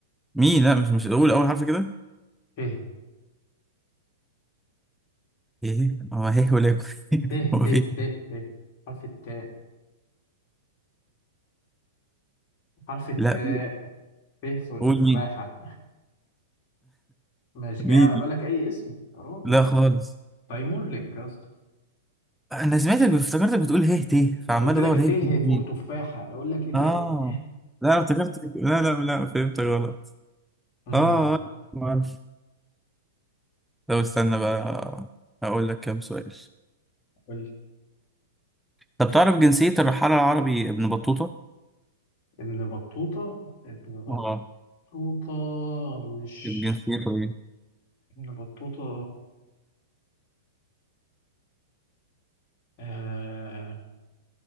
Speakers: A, in the centre; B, on the left.
A: مي لا مش مش قول اول حرف كده
B: ت
A: ايه هو هيه ولا يكون <laughs>
B: ت
A: هو
B: ت
A: في
B: ت ت حرف التاء حرف التاء
A: لا
B: ت صورة
A: قول
B: تفاحة
A: مي
B: مش جاي
A: مي
B: على
A: دي.
B: بالك أي اسم يا راجل
A: لا خالص
B: تايمور لينك يا اسطى
A: انا سمعتك افتكرتك بتقول هيه تيه فعمال
B: قلت لك
A: ادور
B: ت
A: هيه تيه مين
B: فور تفاحة أقول لك إيه تاني
A: اه لا أنا افتكرت لا لا لا فهمت غلط
B: <laughs> امم
A: اه آه، ما اعرف طب استنى بقى هقول لك كام سؤال
B: قول لي
A: طب تعرف جنسية الرحالة العربي ابن بطوطة؟
B: ابن بطوطة ابن
A: اه
B: بطوطة مش
A: كانت جنسيته ايه؟
B: ابن بطوطة آه